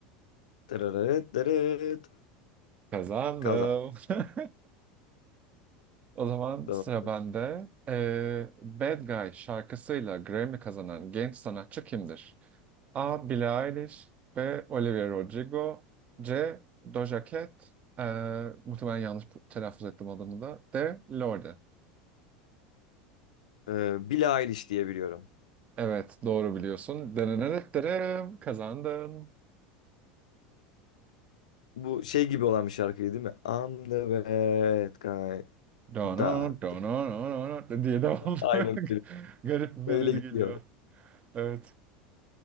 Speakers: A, on the left; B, on the right.
A: Tırırıt tırıt.
B: Kazandım.
A: Kazan.
B: <laughs> O zaman
A: Doğru.
B: sıra bende. Ee, Bad Guy şarkısıyla Grammy kazanan genç sanatçı kimdir? A. Billie Eilish B. Olivia Rodrigo C. Doja Cat ee, muhtemelen yanlış telaffuz ettim adını da. D. Lorde.
A: Ee, Billie Eilish diye biliyorum.
B: Evet doğru biliyorsun. Denenenetlere kazandın.
A: Bu şey gibi olan bir şarkıydı değil mi? I'm the bad guy.
B: Dono,
A: Da.
B: dono,
A: da.
B: dono, dono diye devam.
A: Aynen
B: <laughs>
A: öyle.
B: Garip bir melodi
A: Öyle gidiyor.
B: geliyor. Evet.